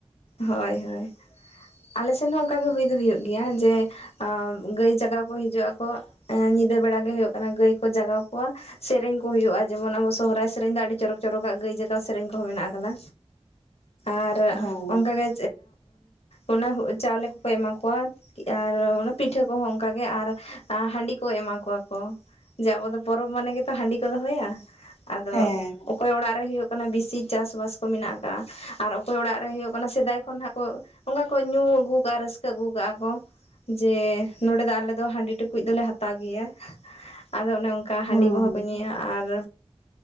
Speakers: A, on the left; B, on the left.
A: ᱦᱳᱭ ᱦᱳᱭ ᱟᱞᱮᱥᱮᱫ ᱦᱚᱸ ᱚᱱᱠᱟᱜᱮ ᱦᱩᱭ ᱫᱚ ᱦᱩᱭᱩᱜ ᱜᱮᱭᱟ ᱡᱮ᱾ ᱟᱨ ᱜᱟᱹᱭ ᱡᱟᱜᱟᱣ ᱠᱚ ᱦᱤᱡᱩᱜ ᱟᱠᱚ ᱧᱤᱫᱟᱹ ᱵᱮᱲᱟ ᱜᱮ ᱦᱩᱭᱩᱜ ᱠᱟᱱᱟ ᱜᱟᱹᱭ ᱠᱚ ᱡᱟᱜᱟᱣ ᱠᱚᱣᱟ᱾ ᱥᱮᱨᱮᱧ ᱠᱚ ᱦᱩᱭᱩᱜᱼᱟ ᱡᱮᱢᱚᱱ ᱟᱵᱚ ᱥᱚᱦᱨᱟᱭ ᱥᱮᱨᱮᱧ ᱫᱚ ᱟᱹᱰᱤ ᱪᱚᱨᱚᱠ ᱪᱚᱨᱚᱠᱟᱜ ᱜᱟᱹᱭ ᱡᱟᱜᱟᱣ ᱥᱮᱨᱮᱧ ᱠᱚᱦᱚᱸ ᱢᱮᱱᱟᱜ ᱟᱠᱟᱫᱟ᱾ ᱟᱨ
B: ᱦᱮᱸ
A: ᱚᱱᱠᱟᱜᱮ ᱚᱱᱟ ᱪᱟᱣᱞᱮ ᱠᱚᱠᱚ ᱮᱢᱟ ᱠᱚᱣᱟ᱾ ᱟᱨ ᱯᱤᱴᱷᱟᱹ ᱠᱚ ᱦᱚᱸ ᱚᱱᱠᱟᱜᱮ ᱟᱨ ᱦᱟᱺᱰᱤ ᱠᱚ ᱮᱢᱟ ᱠᱚᱣᱟ ᱠᱚ᱾ ᱡᱮ ᱟᱵᱚ ᱫᱚ ᱯᱚᱨᱚᱵᱽ ᱢᱟᱱᱮ ᱜᱮᱛᱚ ᱦᱟᱺᱰᱤ ᱠᱚ ᱫᱚᱦᱚᱭᱟ᱾ ᱟᱫᱚ
B: ᱦᱮᱸ
A: ᱚᱠᱚᱭ ᱚᱲᱟᱜ ᱨᱮ ᱦᱩᱭᱩᱜ ᱠᱟᱱᱟ ᱵᱤᱥᱤ ᱪᱟᱥ ᱵᱟᱥ ᱠᱚ ᱢᱮᱱᱟᱜ ᱠᱟᱜ-ᱟ ᱟᱨ ᱚᱠᱚᱭ ᱚᱲᱟᱜ ᱨᱮ ᱦᱩᱭᱩᱜ ᱾ ᱚᱱᱟ ᱥᱮᱫᱟᱭ ᱠᱷᱚᱱ ᱦᱟᱸᱜ ᱠᱚ ᱚᱱᱠᱟ ᱠᱚ ᱧᱩ ᱟᱹᱜᱩ ᱠᱟᱜᱼᱟ ᱨᱟᱹᱥᱠᱟᱹ ᱟᱹᱜᱩ ᱠᱟᱜᱼᱟ ᱠᱚ᱾ ᱡᱮ ᱱᱚᱰᱮ ᱫᱚ ᱟᱞᱮ ᱫᱚ ᱦᱟᱺᱰᱤ ᱴᱩᱠᱩᱡ ᱫᱚᱞᱮ ᱦᱟᱛᱟᱣ ᱜᱮᱭᱟ ᱟᱫᱚ ᱚᱱᱮ <inaudible> ᱚᱱᱠᱟ ᱦᱟᱺᱰᱤ
B: ᱦᱩᱸ
A: ᱠᱚᱦᱚᱸ ᱠᱚ ᱧᱩᱭᱟ ᱟᱨ